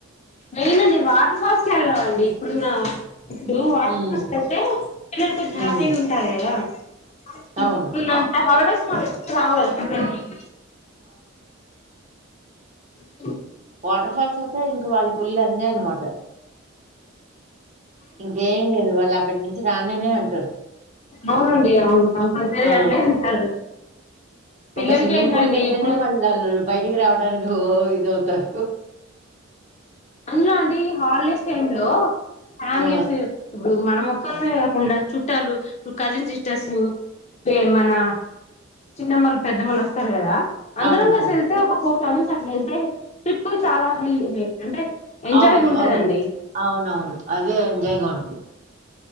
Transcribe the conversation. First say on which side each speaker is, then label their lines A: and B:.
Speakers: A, on the left; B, on the right.
A: మెయిన్ అండి వాటర్ ఫాల్స్ కెళ్ళాలండి ఇప్పుడున్న ఇప్పుడు వాటర్
B: ఉమ్
A: ఫాల్స్ కెళ్తే పిల్లలు కొంచెం
B: ఉమ్
A: హ్యాపీగుంటారు కదా ఇప్పు
B: అవును
A: నంత హాలీ డేస్ రావాలి చెన్నై కి <inaudible> బ
B: వాటర్ఫాల్స్ ఐత్ తై ఇంక వాల్ పులిలందాయ్ అన్నమాట ఇంకేం లేదు వాల్ అక్కడ్ నుంచి రాననే అంటరు
A: అవునండి అవును కంపల్సరీ
B: ఆ
A: అట్లే వెళ్తారు పిల్లలకి
B: ఒగ సిమ్మింగ్
A: ఏంటండి
B: పూల్ కెళ్తేనే
A: ఇప్పుడు
B: వాల్ ఆళ్లాల్ బయటికి రావడానికి ఓ ఇద్ ఇదవ్ తారు
A: అందులో అండి ఈ హాలిడేస్ టైమ్ లో ఫ్యామిలీస్
B: ఆ
A: ఇబ్బుడు మనం ఒక్కలమే కుండా చుట్టాలు ఉ కజిన్ సిస్టర్సు పే మన చిన్నమ్మలు పెద్దమ్మలొస్తారు కదా అందరం
B: అవునవును
A: గల్స్ ఎళ్తే ఒక కు ఫ్యామిలీస్ అట్ల వెళ్తే టిప్ కు చాలా హెల్ ది మే అంటే ఎంజాయ్గా
B: అవును
A: ఉంటదండి
B: అవును అవునవును అదే జాయ్ గా వుంటుంది